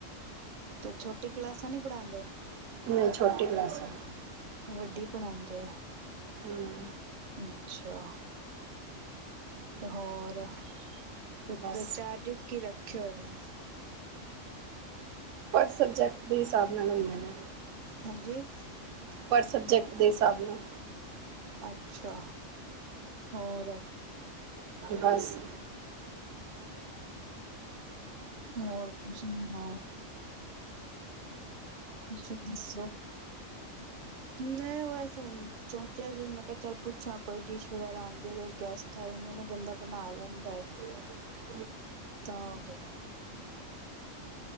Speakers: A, on the right (about 55°); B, on the right (about 75°).
A: ਤੇ ਛੋਟੀ ਕਲਾਸਾਂ ਨੀ ਪੜਾਂਦੇ?
B: ਨਈ ਛੋਟੀ ਕਲਾਸ ਆ।
A: ਬੱਡੀ ਪੜਾਂਦੇ ਓ?
B: ਹੂੰ।
A: ਅੱਛਾ, ਹੋਰ? <unintelligible>
B: ਬਸ
A: ਚਾਰਜੇਸ ਕੀ ਰੱਖੇ ਹੋਏ ਐ?
B: ਹਰ ਸਬਜੈਕਟ ਦੇ ਹਿਸਾਬ ਨਾਲ ਹੁੰਦੈ ਨੇ।
A: ਹਾਂਜੀ।
B: ਪਰ ਸਬਜੈਕਟ ਦੇ ਹਿਸਾਬ ਨਾਲ।
A: ਅੱਛਾ, ਹੋਰ?
B: ਬਾਸ।
A: ਹੋਰ ਕੁਛ ਨੀ, ਹਾਂ। ਤੁਸੀਂ ਦੱਸੋ? ਮੈਂ ਬਾਸ ਹੂਨ ਸੋਚੇਆ ਸੀ ਮੈਂ ਕੇਆ ਚੱਲ ਪੁੱਛਾਂ ਕੋਈ ਡਿਸ਼ ਵਗੈਰਾ ਆਂਦੀ ਹੈ ਕੋਈ ਗੈਸਟ <unintelligible> ਬੰਦਾ ਬਨਾ ਲੈਂਦਾ ਏ।
B: <inaudible>
A: <unintelligible>